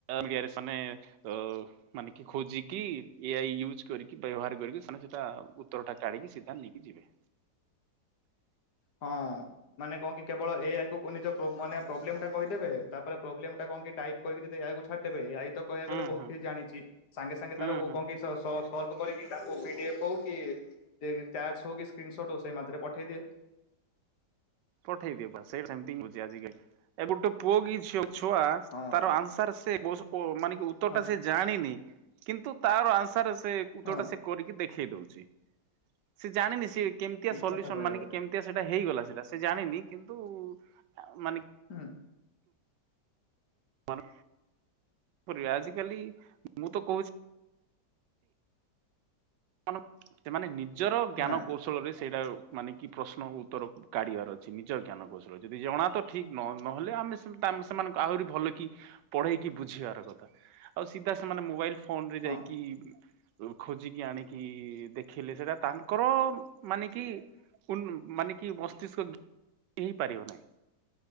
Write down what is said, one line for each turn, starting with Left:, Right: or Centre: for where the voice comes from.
Right: ମିଡିଆରେ ସେମାନେ ଅ-ଅ ମାନେ କି ଖୋଜିକି, ଏ ଆଇ ୟୁଜ୍‌ କରିକି, ବ୍ୟବହାର କରିକି, ସେମାନେ ସେଟା ଉତ୍ତର ଟା କାଢ଼ିକି ସିଧା ନେଇକି ଯିବେ।
Left: ହଁ-ଅ -ଅ। ମାନେ କନ କି, କେବଳ ଏ ଆଇ କୁ ନିଜ ପ୍ରୋ ମାନେ ପ୍ରୋବ୍ଲେମ୍ ଟା କହିଦେବେ, ତାପରେ ପ୍ରୋବ୍ଲେମ୍ ଟା କଣ କି, ଟାଇପ୍ କରିକି ଯେତେ ଏ ଆଇ କୁ ଛାଡିଦବେ, ଏ ଆଇ ତ କହିବାକୁ
Right: ହୁଁ
Left: ଗଲେ ବହୁତ
Right: ହୁଁ
Left: କିଛି ଜାଣିଛି। ସାଙ୍ଗେ ସାଙ୍ଗେ
Right: ହୁଁ
Left: ତାର ଓ
Right: ହୁଁ।
Left: କନ କିସ ସସ ସଲ୍ଭ କରିକି ତାଙ୍କୁ ପିଡିଏଫ୍ ହଉ କି, ଚାଟ୍ ହଉ କି, ସ୍କ୍ରିନ୍ସଟ୍ ହଉ, ସେଇ ମାତ୍ରେ ପଠେଇଦିଏ।
Right: ପଠେଇ ଦିଏ, ବାସ୍‌, ସେ ସେମତି ହିଁ ହଉଛି ଆଜିକାଲି। ଏ ଗୋଟେ ପୁଅ କି ଝିଅ ଛୁଆ
Left: ହଁ
Right: ତାର
Left: ଭାଇ
Right: ଆନ୍ସାର୍ ସେ, <unintelligible> ମାନେ କି ଉତ୍ତର
Left: ହଁ
Right: ଟା ସେ ଜାଣିନି, କିନ୍ତୁ ତାର ଆନ୍ସର୍ ସେ ଉତ୍ତର
Left: ହଁ
Right: ଟା ସେ କରିକି ଦେଖେଇ ଦଉଛି। ସେ ଜାଣିନି ସିଏ କେମିତିଆ
Left: ଠିକ
Right: ସଲ୍ୟୁସନ୍‌,
Left: କଥା କହିଲେ
Right: ମାନେ
Left: ଭାଇ
Right: କେମତି କେମତିଆ ସେଇଟା ହେଇଗଲା, ସେଇଟା ସେ ଜାଣିନି। କିନ୍ତୁ-ଉ-ଉ, ମାନେ
Left: ହଁ।
Right: ମର ପରି ଆଜିକାଲି ମୁଁ ତ କହୁଛି ମାନ ସେମାନେ ନିଜର ଜ୍ଞାନ
Left: ନାଇଁ
Right: କୌଶଳରେ ସେଇଟା ମାନେ କି ପ୍ରଶ୍ନ ଉତ୍ତରକୁ କାଢିବାର ଅଛି ନିଜ ଜ୍ଞାନ କୌଶଳରେ ଯଦି ଜଣା ତ ଠିକ୍ ନ ନହେଲେ ଆମେ ସେମାନଙ୍କୁ ଆହୁରି ଭଲ କି ପଢେଇକି ବୁଝିବାର କଥା ଆଉ ସିଧା ସେମାନେ ମୋବାଇଲ ଫୋନ ରେ ଯାଇକି
Left: ହଁ।
Right: ଖୋଜିକି ଆଣିକି ଦେଖିଲେ ସେଟା ତାଙ୍କର ମାନେ କି ପୁନ ମାନେ କି ମସ୍ତିଷ୍କ ହେଇପାରିବ ନାହିଁ।